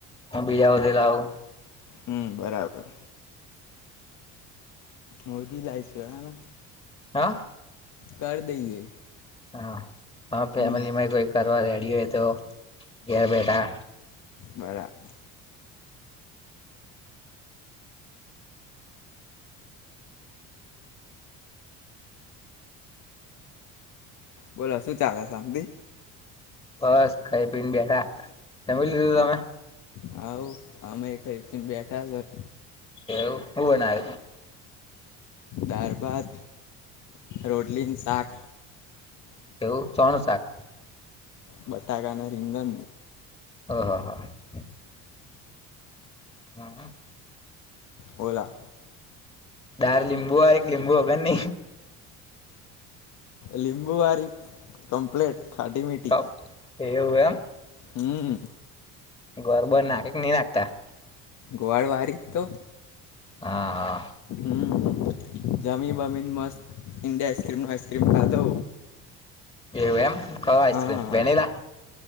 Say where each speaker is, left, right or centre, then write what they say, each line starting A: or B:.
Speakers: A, on the left; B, on the left.
A: હું બીજા હોધી લાવું.
B: હમ બરાબર હોધી લાયશું હેડોને
A: હા
B: કર દઈએ
A: હા હા ફેમિલીમાં
B: હમ
A: કોઈ કરવા રેડી હોય તો ઘેર બેઠા
B: બરાબ બોલો શું ચાલે શાંતિ?
A: બસ ખઈ પીને બેઠા જમી લીધું તમે?
B: હાવ અમે ખઈ પીને બેઠા સ
A: એવું હું બનાયુ તું?
B: દારભાત, રોટલી ન શાક
A: એવું સોનું શાક?
B: બટાકાને રીંગન
A: ઓહ હો, હો, હો, હમ
B: ઓલા
A: દાર લિંબુવાળી કે લીંબુ વગરની
B: લીંબુવારી કમ્પલેટ ખાટી મીઠી
A: કપ એવું એમ
B: હમ
A: ગોર બોર નાખે કે ની નાખતા?
B: ગોર વારી તો
A: હા હા
B: હમ જમી બમીને મસ્ત ઇન્ડિયા આઈસ્ક્રીમ વાઈસ્ક્રીમ ખાધો.
A: એવું એમ ક્યો આઈસ્ક્રીમ
B: હા
A: વેનિલા?